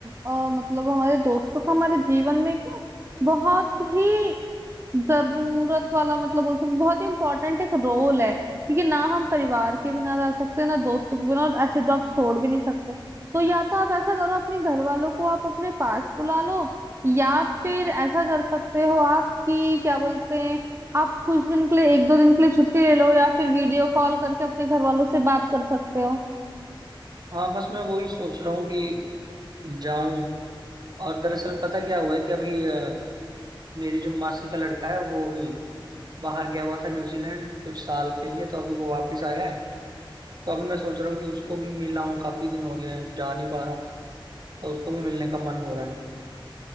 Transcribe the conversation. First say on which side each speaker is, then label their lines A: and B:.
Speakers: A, on the right; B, on the right.
A: अ, मतलब हमारे दोस्तों का हमारे जीवन में एक ना बहुत ही जरूरत वाला मतलब बोल सकते बहुत ही इम्पोर्टेंट एक रोल है क्योंकि ना हम परिवार के बिना रह सकते ना दोस्तों के बिना और ऐसे जॉब छोड़ भी नहीं सकते तो या तो आप ऐसा करो अपने घर वालों को आप अपने पास बुला लो या फिर ऐसा कर सकते हो आप कि क्या बोलते हैं आप कुछ दिन के लिए एक दो दिन के लिए छुट्टी ले लो या फिर वीडियो कॉल करके अपने घर वालों से बात कर सकते हो
B: हाँ बस मैं वही सोच रहा हूँ कि जाऊं और दरअसल पता क्या हुआ है कि अभी अ, मेरी जो मासी का लड़का है वो भी बाहर गया हुआ था न्यूजीलैंड कुछ साल के लिए तो अभी वो वापस आया है तो अभी मैं सोच रहा हूँ कि उसको भी मिलाऊँ काफी दिन हो गए हैं जा नहीं पा रहा हूँ और उसको भी मिलने का मन हो रहा है